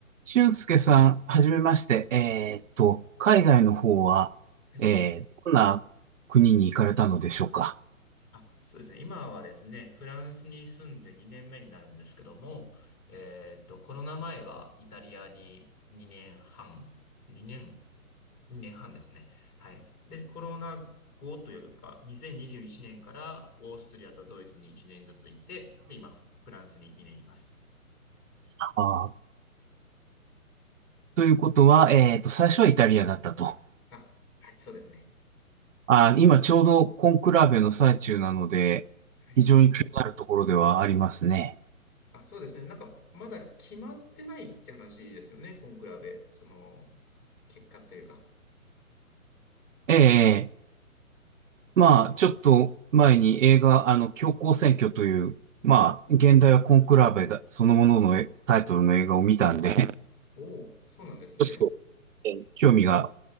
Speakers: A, on the right; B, on the left.
A: 俊介さん、はじめまして。えーっと、海外の方は、
B: はい。
A: えーどんな国に行かれたのでしょうか。
B: あ、そうですね。今はですね、フランスに住んで2年目になるんですけども、えーっと、コロナ前はイタリアに2年半、2年、2年半ですね。はい。で、コロナ後というか、2021年からオーストリアとドイツに1年ずつ行って、で、今、フランスに2年います。
A: あーということは、えーっと、最初はイタリアだったと。
B: あ、はい、そうですね。
A: あー、今ちょうどコンクラベの最中なので、
B: はい。
A: 非常に気になるところではありますね。
B: あ、そうですね。なんか、まだ決まってないって話ですよね、コンクラベ。その、結果というか。
A: ええまあ、ちょっと前に映画、あの、教皇選挙という、まあ、現代はコンクラベだ、そのもののえタイトルの映画を見たんで、
B: おお、そうなんですね。
A: ちょっえー興味が